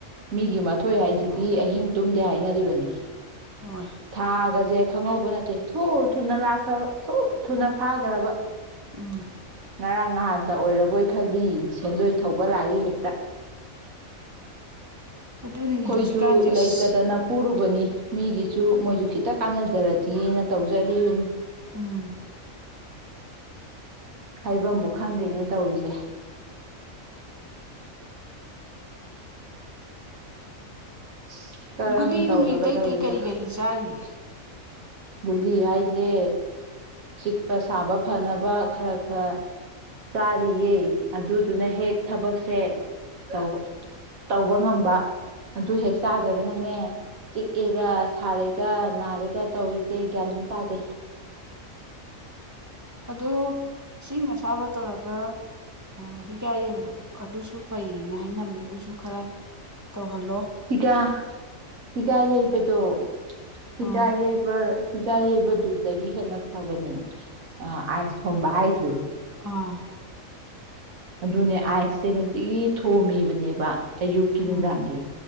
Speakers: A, on the right (about 85°); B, on the right (about 25°).
A: ꯃꯤꯒꯤ ꯃꯊꯣꯏ ꯍꯥꯏꯁꯤꯗꯤ ꯑꯍꯤꯡ ꯇꯨꯝꯗꯦ ꯍꯥꯏꯅꯔꯤꯕꯅꯤ
B: ꯍꯣꯏ
A: ꯊꯥꯒꯖꯦ ꯈꯪꯍꯧꯕ ꯅꯠꯇꯦ ꯊꯨ ꯊꯨꯅ ꯂꯥꯛꯈ꯭ꯔꯕ ꯊꯨ ꯊꯨꯅ ꯐꯥꯈ꯭ꯔꯕ
B: ꯎꯝ
A: ꯉꯔꯥꯡ ꯅꯍꯥꯟ ꯇ ꯑꯣꯏꯔꯕꯣꯏ ꯈꯜꯂꯤ ꯁꯦꯟꯗꯣꯏ ꯊꯧꯕ ꯂꯥꯛꯏ ꯍꯦꯛꯇ
B: ꯑꯗꯨꯅꯤꯅꯦ
A: ꯑꯩꯈꯣꯏꯁꯨ
B: ꯍꯧꯖꯤꯛꯀꯥꯟꯁꯦ
A: ꯂꯩꯇꯗꯅ
B: ꯑꯁ
A: ꯄꯨꯔꯨꯕꯅꯤ ꯃꯤꯒꯤꯁꯨ ꯃꯣꯏꯁꯨ ꯈꯤꯇ ꯀꯥꯟꯅꯖꯔꯗꯤꯅ ꯇꯧꯖꯔꯤꯕꯅꯤ
B: ꯎꯝ
A: ꯍꯩꯐꯝꯕꯨ ꯈꯪꯗꯦꯅꯦ ꯇꯧꯔꯤꯁꯦ ꯑꯁ ꯀꯔꯝ
B: ꯒꯨꯂꯤ
A: ꯇꯧꯔꯒꯗꯧꯔꯤꯕ
B: ꯅꯨꯡꯂꯤ ꯑꯇꯩ ꯑꯇꯩ ꯀꯔꯤ ꯀꯔꯤ ꯆꯥꯔꯤꯌꯦ
A: ꯒꯨꯂꯤ ꯍꯥꯏꯁꯦ ꯆꯤꯛꯄ ꯁꯥꯕ ꯐꯅꯕ ꯈꯔ ꯈꯔ ꯆꯥꯔꯤꯌꯦ ꯑꯗꯨꯗꯨꯅ ꯍꯦꯛ ꯊꯕꯛꯁꯦ ꯇ ꯇꯧꯕ ꯉꯝꯕ ꯑꯗꯨ ꯍꯦꯛ ꯆꯥꯗ꯭ꯔꯒꯅꯅꯦ ꯆꯤꯛꯑꯦꯒ ꯁꯥꯔꯦꯒ ꯅꯥꯔꯦꯒ ꯇꯧꯔꯤ ꯒ꯭ꯌꯥꯅ ꯇꯥꯖꯩ
B: ꯑꯗ ꯏꯁꯤꯡ ꯑꯁꯥꯕ ꯇꯧꯔꯒ ꯍꯤꯒꯥꯏ ꯌꯩꯕꯗꯣ ꯑꯗꯨꯁꯨ ꯐꯩꯌꯦꯅ ꯍꯥꯏꯅꯕꯅꯦ ꯑꯗꯨꯁꯨ ꯈꯔ ꯇꯧꯍꯜꯂꯣ
A: ꯏꯒ ꯍꯤꯒ ꯌꯩꯕꯗꯣ ꯍꯤꯒꯥ
B: ꯑꯥ
A: ꯌꯩꯕ ꯍꯤꯖꯥꯏ ꯌꯩꯕꯗꯨꯗꯒꯤ ꯍꯦꯟꯅ ꯐꯕꯅꯦ ꯑꯥꯏꯁ ꯊꯣꯝꯕ ꯍꯥꯏꯁꯦ
B: ꯑꯥ
A: ꯑꯗꯨꯅꯦ ꯑꯥꯏꯁꯁꯦ ꯅꯨꯡꯇꯤꯒꯤ ꯊꯣꯝꯃꯤꯕꯅꯦ ꯑꯌꯨꯛꯀꯤ ꯅꯨꯡꯗꯥꯡꯒꯤ
B: ꯎꯝ